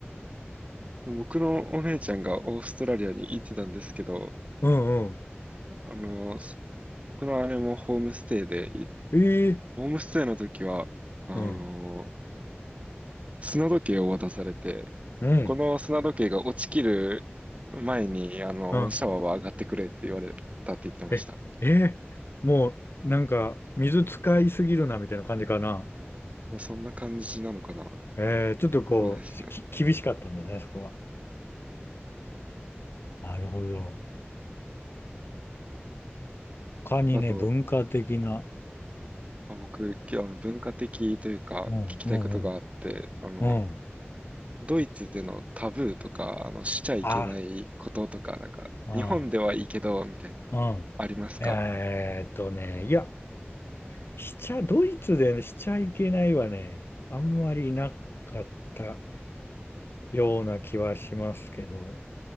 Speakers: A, on the right; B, on the left.
A: 僕のお姉ちゃんがオーストラリアに行ってたんですけど、
B: う、うんうん、
A: あの、僕のあれもホームステイで、い
B: ええ
A: ホームステイの時は、あの、
B: うん、
A: 砂時計を渡されて、
B: うん、
A: この砂時計が落ちきる前に、あの、
B: うん、
A: シャワーは上がってくれって言われたって言ってました。
B: え、ええもうなんか水使いすぎるなみたいな感じかな。
A: もうそんな感じなのかな。
B: ええちょっとこう、
A: そうですね。
B: き、厳しかったんだね、そこは。なるほど。他にね、
A: あと、
B: 文化的な、
A: まあ僕、きあの、文化的というか、
B: うん、
A: 聞きたいことがあって、
B: うん、う
A: あの、
B: ん、うん、
A: ドイツでのタブーとか、あの、しちゃいけないこととか、
B: あ、
A: なんか、
B: ああ。
A: 日本ではいいけど、みたいな、
B: うん。
A: ありますか
B: えーっとね、いや、しちゃ、ドイツでねしちゃいけないはね、あんまりなかったような気はしますけど、